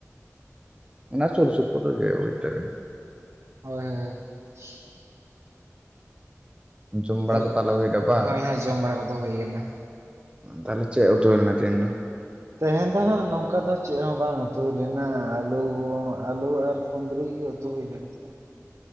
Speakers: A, on the right; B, on the right.
A: ᱚᱱᱟ ᱥᱩᱨ ᱥᱩᱯᱩᱨ ᱨᱮᱜᱮ ᱵᱩᱡ ᱫᱟ ᱵᱤᱱ
B: ᱦᱳᱭ <unintelligible>
A: ᱡᱚᱢ ᱵᱟᱲᱟ
B: ᱛᱟᱦᱞᱮ
A: ᱠᱚ ᱛᱟᱞᱮ ᱦᱩᱭᱱᱟ ᱵᱟᱝ?
B: ᱦᱳᱭ ᱦᱳᱭ ᱡᱚᱢ ᱵᱟᱲᱟ ᱠᱚᱫᱚ ᱦᱩᱭ ᱠᱟᱱᱟ
A: ᱛᱟᱦᱚᱞᱮ ᱪᱮᱜ ᱩᱛᱩ ᱞᱮᱱᱟ ᱛᱮᱦᱮᱱ ᱫᱚ?
B: ᱛᱮᱦᱮᱧ ᱫᱚ ᱦᱟᱸᱜ ᱱᱚᱝᱠᱟ ᱫᱚ ᱪᱮᱫ ᱦᱚᱸ ᱵᱟᱝ ᱩᱛᱩᱭ ᱞᱮᱱᱟ ᱟᱹᱞᱩ ᱠᱚ ᱟᱹᱞᱩ ᱟᱨ ᱠᱩᱸᱫᱽᱨᱤ ᱜᱮ ᱩᱛᱩ ᱦᱩᱭ ᱞᱮᱱ ᱛᱟᱦᱮᱸᱜ ᱟ ᱾